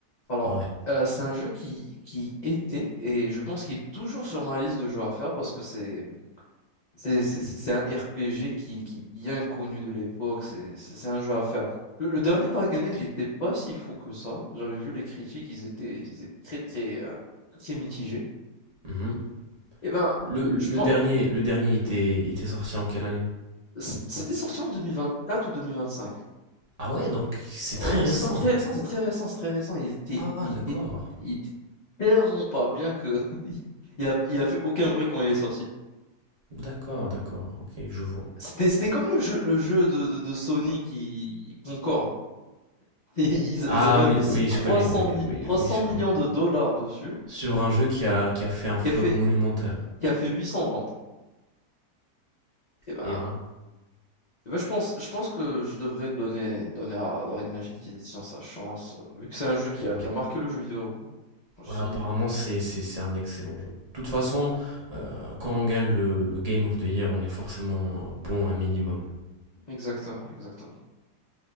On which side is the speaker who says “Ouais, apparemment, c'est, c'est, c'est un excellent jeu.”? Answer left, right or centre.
Right